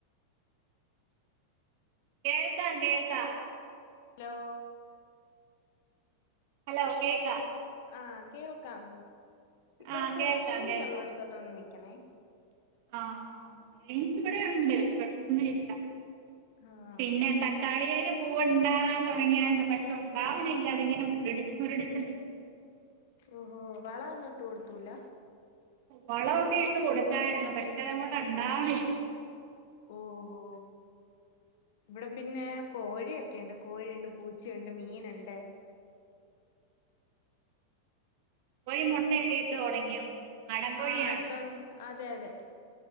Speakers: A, on the right; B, on the left.
A: കേൾക്കാ കേൾക്കാം
B: ഹലോ
A: ഹലോ കേക്കാ
B: ആഹ കേൾക്കാം
A: ആ
B: കുറച്ച്
A: കേൾക്കാം
B: റെയിഞ്ച്ള്ള
A: കേൾക്കാം
B: അടുത്തോട്ട്ന്ന് നിക്കണേ
A: ആ എനിക്ക് ഇവിടെുണ്ട് കൊഴപ്പൊന്നും ഇല്ല
B: ആഹ
A: പിന്നെ തക്കാളിൽ പൂവ് ഉണ്ടകാൻ തുടങ്ങിയായിരുന്നു പക്ഷെ ഉണ്ടാവണില്ല അതിങ്ങനെ മുരടിച്ച് മുരടിച്ച് ന
B: ഓഹോ വളം ഒന്നും ഇട്ട് കൊടുത്തൂല
A: വളക്കെ ഇട്ട് കൊടുത്തായിരുന്നു പക്ഷെ അതങ്ങോട്ട് ഉണ്ടാവണില്ല
B: ഓഹോ ഇവിടെ പിന്നെ കോഴിയൊക്കെണ്ട് കോഴിയുണ്ട്, പൂച്ചയുണ്ട്, മീനുണ്ട്
A: കോഴി മുട്ടയൊക്കെ ഇട്ട് തുടങ്ങിയോ? നാടൻ കോഴിയാണോ
B: ആ അത്തോടെ അതെ അതെ